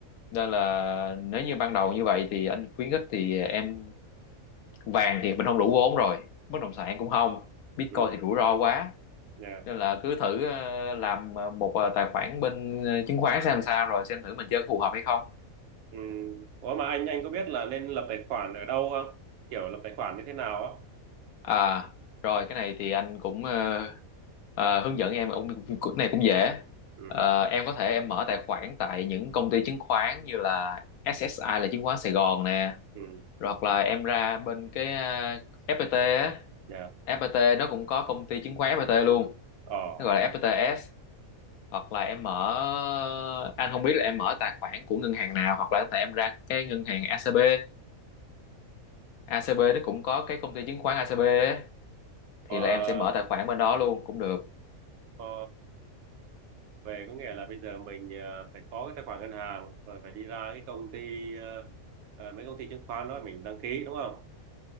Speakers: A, on the left; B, on the right.
A: nên là nếu như ban đầu như vậy thì anh khuyến khích thì em vàng thì mình không đủ vốn rồi bất động sản cũng không Bitcoin
B: ừ
A: thì rủi ro quá
B: dạ
A: nên là cứ thử ờ, làm một ờ, tài khoản bên ờ, chứng khoán xem làm sao rồi xem thử mình chơi có phù hợp hay không
B: ừ ủa mà anh anh có biết là nên lập tài khoản ở đâu không kiểu lập tài khoản như thế nào á
A: À, rồi cái này thì anh cũng ờ, ờ, hướng dẫn em ông cái này cũng dễ.
B: ừ
A: Ờ, em có thể em mở tài khoản tại những công ty chứng khoán như là SSI là chứng khoán Sài Gòn nè,
B: ừ
A: rồi hoặc là em ra bên cái ờ, FPT á,
B: dạ
A: FPT nó cũng có công ty chứng khoán FPT luôn,
B: ờ
A: nó gọi là FPTS hoặc là em mở anh không biết là em mở tài khoản của ngân hàng nào hoặc là có thể em ra cái ngân hàng ACB, ACB nó cũng có cái công ty chứng khoán ACB á, thì
B: ờ
A: là em sẽ mở tài khoản bên đó luôn cũng được
B: ờ về có nghĩa là bây giờ mình ờ, phải có cái tài khoản ngân hàng rồi phải đi ra cái công ty ờ, ờ, mấy công ty chứng khoán đó mình đăng ký đúng không